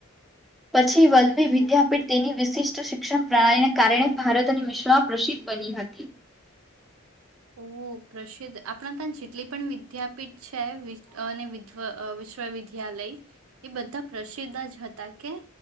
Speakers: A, in the centre; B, on the right.
A: પછી વલભી વિદ્યાપીઠ તેની વિશિષ્ટ શિક્ષણ પ્રણાલીને કારણે ભારત અને વિશ્વમાં પ્રસિદ્ધ બની હતી.
B: ઓ પ્રસિદ્ધ આપણા ત્યાં જેટલી પણ વિદ્યાપીઠ છે અને વિધ વિશ્વવિદ્યાલય એ બધા પ્રસિદ્ધ જ હતા કે